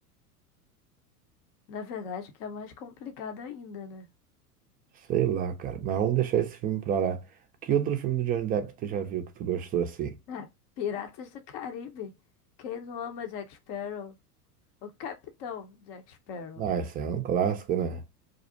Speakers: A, on the left; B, on the right.
A: Na verdade, o que é mais complicado ainda, né?
B: Sei lá, cara. Mas vamos deixar esse filme pra lá. Que outro filme do Johnny Depp tu já viu que tu gostou assim?
A: Ah, Piratas do Caribe. Quem não ama Jack Sparrow? O Capitão Jack Sparrow.
B: Ah, esse é um clássico, né?